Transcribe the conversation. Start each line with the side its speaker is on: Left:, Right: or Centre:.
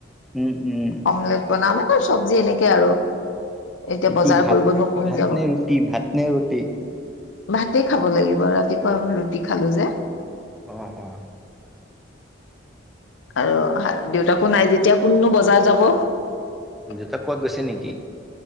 Centre: উম উম
Left: অমলেট বনাম এই চব্জি এনেকে আৰু এতিয়া বজাৰ
Centre: কি ভাত
Left: কৰিবনো কোন
Centre: ভাত
Left: যাব।
Centre: নে ৰুটি ভাত নে ৰুটি?
Left: ভাতে খাব লাগিব, ৰাতিপুৱা মই ৰুটি খালোঁ যে।
Centre: অ', অ'।
Left: আৰু দেউতাকো নাই যেতিয়া কোননো বজাৰ যাব। <unintelligible>
Centre: দেউতা ক'ত গৈছে নেকি?